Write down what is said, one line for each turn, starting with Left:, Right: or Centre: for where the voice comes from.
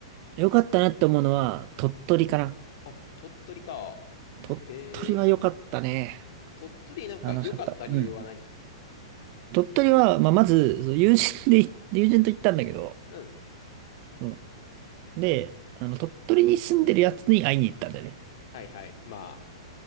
Right: 良かったなって思うのは、鳥取かな。
Left: あ、鳥取か。
Right: 鳥取は良かったね。
Left: へえ。鳥取なんか良かった理由は何
Right: 楽しかった。うん。鳥取は、まあ、まず、そう友人でい、友人と行ったんだけど、
Left: うん。
Right: うん。で、あの、鳥取に住んでるやつに会いに行ったんだよね。
Left: はいはい。まあ、